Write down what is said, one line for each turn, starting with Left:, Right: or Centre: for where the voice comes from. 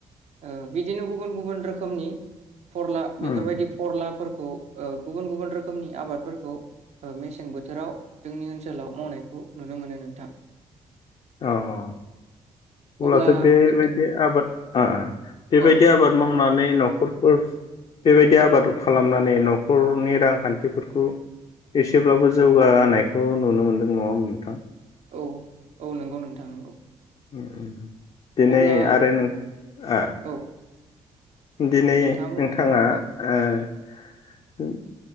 Right: ओ बिदिनो गुबुन गुबुन रोखोमनि फरला
Left: उम
Right: बेफोरबायदि फरलाफोरखौ ओ गुबुन गुबुन रोखोमनि आबादफोरखौ ओ मेसें बोथोराव जोंनि ओनसोलाव मावनायखौ नुनो मोनो नोंथां।
Left: औ औ अब्लाथ
Right: अब्ला
Left: बे बेबायदि
Right: नोंथां
Left: आबाद मा आ बेबायदि
Right: औ नोंथां
Left: आबाद मावनानै
Right: बुंनाय
Left: नखर फोरस बेबायदि आबाद खालामनानै नखरनि रांखान्थिफोरखौ एसेब्लाबो जौगाहोनायखौ नुनो मोनदों नङा नोंथां
Right: औ औ नंगौ नोंथां नंगौ
Left: उम दिनै
Right: अब्ला
Left: आरो नों आ
Right: औ उम
Left: दिनै
Right: बुं
Left: नोंथाङा
Right: औ
Left: ओ